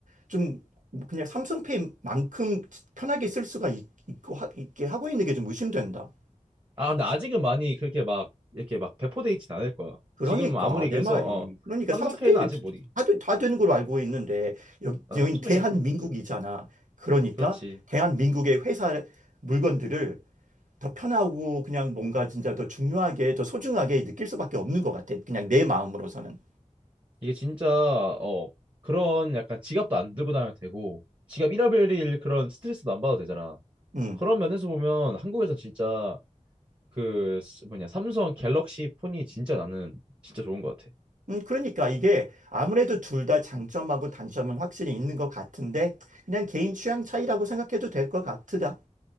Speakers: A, on the right (about 80°); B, on the right (about 35°).
A: 좀 그냥 삼성페이만큼 편하게 쓸 수가 있, 고 하, 있게 하고 있는 게 좀 의심된다.
B: 아, 근데 아직은 많이 그렇게 막 이렇게 막 배포돼 있진 않을 거야.
A: 그러니까
B: 지금 아무리
A: 내
B: 그래서
A: 말이
B: 어
A: 그러니까
B: 삼성페이는
A: 삼성페이는
B: 아직 못 이기.
A: 다, 되- 다 되는 걸로 알고 있는데 여,
B: 아,
A: 여긴
B: 삼성페이
A: 대한민국이잖아. 그러니까
B: 그렇지.
A: 대한민국의 회사 물건들을 더 편하고 그냥 뭔가 진짜 더 중요하게, 더 소중하게 느낄 수밖에 없는 것 같아. 그냥 내 마음으로서는.
B: 이게 진짜 어 그런 약간 지갑도 안 들고 다녀도 되고 지갑 잃어버릴 그런 스트레스도 안 받아도 되잖아.
A: 음.
B: 그런 면에서 보면 한국에선 진짜 그 스- 뭐냐 삼성 갤럭시 폰이 진짜 나는 진짜 좋은 것 같아.
A: 음, 그러니까 이게 아무래도 둘 다 장점하고 단점은 확실히 있는 것 같은데, 그냥 개인 취향 차이라고 생각해도 될 것 같다